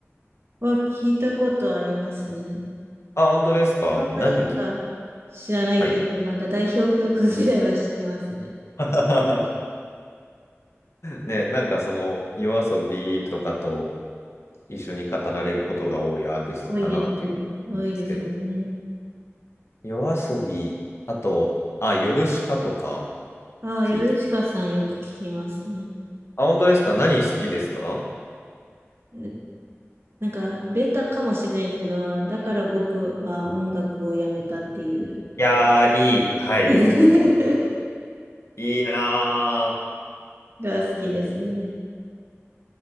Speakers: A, on the right (about 60°); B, on the left (about 65°).
A: は聞いたことありますね。
B: あ、本当ですか何聞
A: そんなになんか知らないけど、
B: はい。
A: なんか代表曲ぐらいは知ってますね。
B: <laughs> ね、なんかその、夜遊びとかと一緒に語られることが多いアーティストかなっていうんですけど。
A: 多いですよね。多いですよね。
B: 夜遊び、あと、あ、ヨルシカとか
A: ああ、
B: 聞いた。
A: ヨルシカさんよく聞きますね。
B: あ、本当ですか何好きですか
A: えなんか、ベタかもしれないですけど、だから僕は音楽をやめたっていう
B: いやー、いい。はい。
A: <laughs>
B: いいなー
A: が好きですね。